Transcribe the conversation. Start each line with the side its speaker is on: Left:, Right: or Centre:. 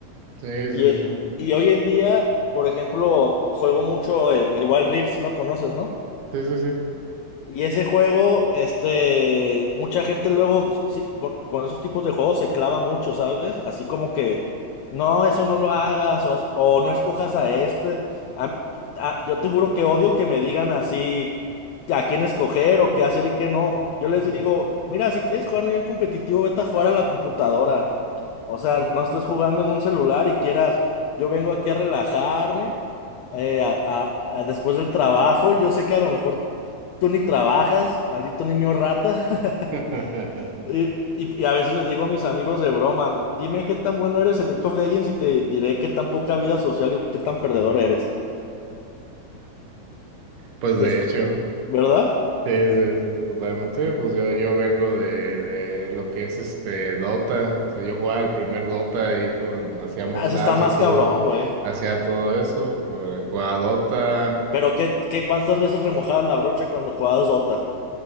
Right: Sí, sí,
Left: Y, eh,
Right: sí.
Left: y hoy en día, por ejemplo, juego mucho eh, el Wild Rift, si lo conoces, ¿no?
Right: Sí, sí, sí.
Left: Y ese juego, este, mucha gente luego sí, con, con esos tipos de juegos se clava mucho, ¿sabes? Así como que, no, eso no lo hagas, o, as- o no escojas a este. A- a- yo te juro que odio que me digan así a quién escoger o qué hacer y qué no. Yo les
Right: Ujú,
Left: digo,
Right: ujú.
Left: mira, si quieres jugar a nivel competitivo, vete a jugar a la computadora. O sea, no estés jugando en un celular y quieras, yo vengo aquí a relajarme eh, a- a- a después del trabajo. Yo sé que a lo mejor tú ni trabajas, maldito niño rata. <laughs>
Right: <laughs>
Left: Y, y- y a veces les digo a mis amigos de broma, dime qué tan bueno eres en League of Legends y te diré qué tan poca vida social y qué tan perdedor eres.
Right: Pues de
Left: Es-
Right: hecho,
Left: ¿verdad?
Right: sí, sí, sí, totalmente. Pues yo, yo vengo de, de lo que es este Dota. O sea, yo jugaba el primer Dota ahí con, hacíamos
Left: Ah, Eso
Right: LANs
Left: está más
Right: y todo.
Left: cabrón, güey.
Right: Hacía todo eso. eh, Jugaba Dota.
Left: Pero qué, qué cuántas veces remojabas la brocha cuando jugabas Dota.